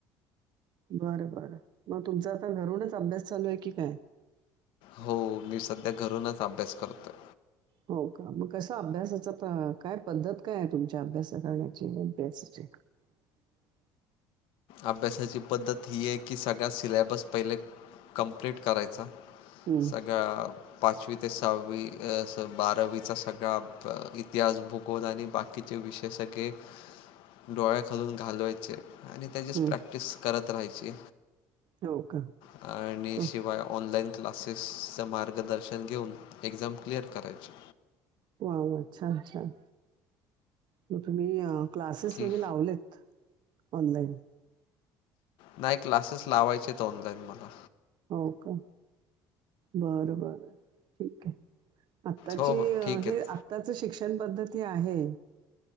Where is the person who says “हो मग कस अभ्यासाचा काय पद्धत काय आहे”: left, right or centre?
Right